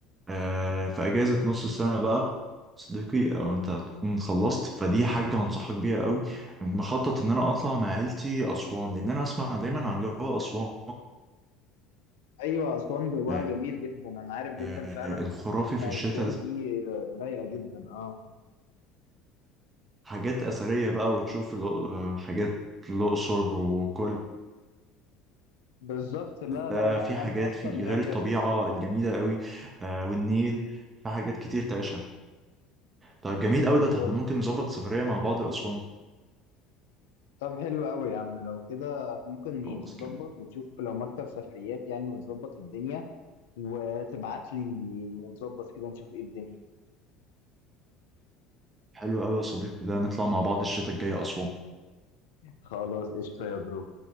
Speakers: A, on the right; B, on the left.
A: آه، في أجازة نص السنة بقى صديقي أو أنت هتكون خلصت فدي حاجة هنصحك بيها قوي مخطط إن أنا أطلع مع عيلتي أسوان لأن أنا أسمع دايما عن جو أسوان
B: ايوه اسوان جواها
A: آه،
B: جميل جدا انا عارف جدا
A: آه،
B: فعلا
A: الخرافي
B: ان
A: في
B: اسوان
A: الشتاء
B: دي رايقه جدا اه
A: حاجات أثرية بقى وتشوف الأ- آه، حاجات الأقصر وكل
B: بالظبط لا
A: ده
B: لا لا
A: في حاجات
B: انا اصلا
A: في
B: ناوي
A: غير الطبيعة
B: اسافرها
A: الجميلة قوي آه، والنيل في حاجات كتير تعيشها طيب جميل
B: بالظبط
A: قوي ده طب احنا ممكن نظبط سفرية مع بعض لأسوان
B: طب حلو قوي يا عم لو كده ممكن
A: خلاص
B: تظبط
A: جميل
B: وتشوف لو مكتب سفريات يعني وتظبط الدنيا وتبعت لي ونظبط كده نشوف ايه الدنيا
A: حلو قوي يا صديقي ده نطلع مع بعض الشتاء الجاي أسوان
B: خلاص قشطة يا برو